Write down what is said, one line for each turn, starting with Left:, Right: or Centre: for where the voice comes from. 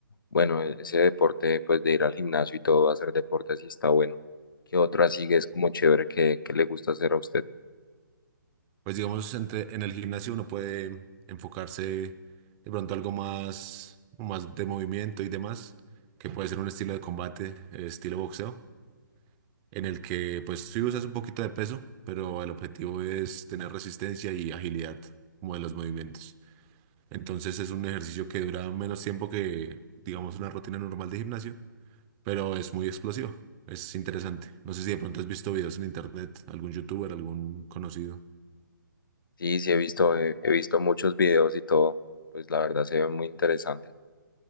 Left: bueno, e- ese deporte pues de ir al gimnasio y todo, hacer deporte así está bueno. ¿Qué otro así que es como chévere que, que le gusta hacer a usted?
Right: Pues digamos, entre, en el gimnasio uno puede enfocarse de pronto algo más, más de movimiento y demás, que puede ser un estilo de combate, eh, estilo boxeo, en el que pues sí usas un poquito de peso, pero el objetivo es tener resistencia y agilidad como de los movimientos. Entonces es un ejercicio que dura menos tiempo que, digamos, una rutina normal de gimnasio, pero es muy explosivo. Es interesante. No sé si de pronto has visto videos en internet, algún youtuber, algún conocido.
Left: Sí, sí, he visto, eh, he visto muchos videos y todo, pues la verdad se ve muy interesante.